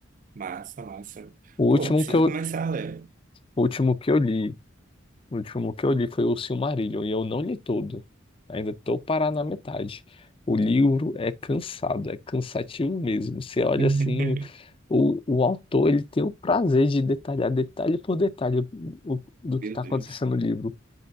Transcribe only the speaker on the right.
Massa, massa.
Pô,
preciso
começar a ler.
<laughs>
Meu
Deus.